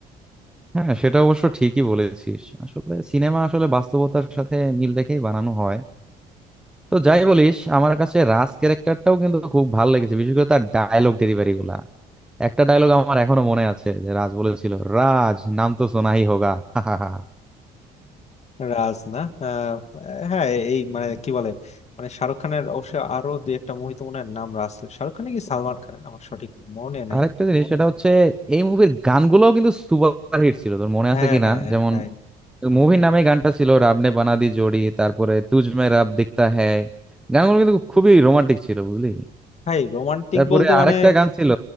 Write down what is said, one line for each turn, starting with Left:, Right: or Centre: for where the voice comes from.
Centre: হ্যাঁ সেটা অবশ্য ঠিকই বলেছিস আসলে সিনেমা আসলে বাস্তবতার সাথে মিল রেখেই বানানো হয় তো যাই বলিস আমার কাছে রাজ ক্যারেক্টারটাও কিন্তু খুব ভালো লেগেছে বিশেষ করে তার ডায়লগ ডেলিভারি গুলা একটা ডায়লগ আমার এখনো মনে আছে যে রাজ বলেছিল রাজ নাম তো সোনাই হোগা হাহাহা।
Left: রাজ না আহ, হ্যাঁ এই মানে কি বলে মানে শাহরুখ খানের অবশ্য আরো দুই একটা মুভি তো মনে হয় নাম রাজ ছিল। শাহরুখ খানের কি সালমান খানের আমার সঠিক মনে নাই
Centre: আরেকটা জিনিস সেটা হচ্ছে এই মুভির গানগুলোও কিন্তু সুপার হিট ছিল তোর মনে
Left: হ্যাঁ
Centre: আছে কিনা
Left: হ্যাঁ
Centre: যেমন
Left: তাই
Centre: মুভির নামে গানটা ছিল রাব নে বানা দি জোড়ি তারপরে তুজ মে রাব দিখতা হ্যায় গানগুলো কিন্তু খুবই রোমান্টিক ছিল বুঝলি
Left: ভাই রোমান্টিক
Centre: তারপরে
Left: বলতে মানে
Centre: আরেকটা গান ছিল